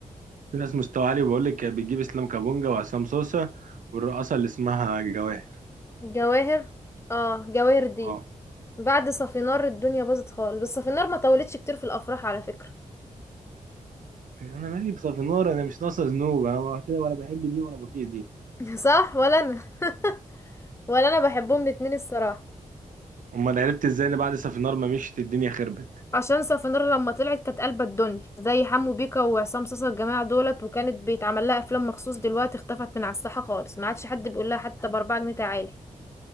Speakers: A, on the right; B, on the left.
A: في ناس مستوى عالي بقول لك بتجيب اسلام كابونجا وعصام صوصة والرقاصة اللي اسمها جواهر
B: جواهر اه جواهر دي
A: اه
B: بعد صافينار الدنيا باظت خالص بس صافينار ما طولتش كتير في الافراح على فكرة
A: انا مالي بصافينار انا مش ناقصه ذنوب انا ما كده ولا بحب دي ولا بطيء دي
B: <laughs> صح ولا انا <laughs> ولا انا بحبهم الاتنين الصراحة
A: امال عرفت ازاي ان بعد صافينار ما مشيت الدنيا خربت
B: عشان صافينار لما طلعت كانت قلبة الدنيا زي حمو بيكا وعصام صاصا الجماعة دولت وكانت بيتعمل لها افلام مخصوص دلوقتي اختفت من على الساحة خالص ما عادش حد بيقول لها حتى باربعة جنيه تعالي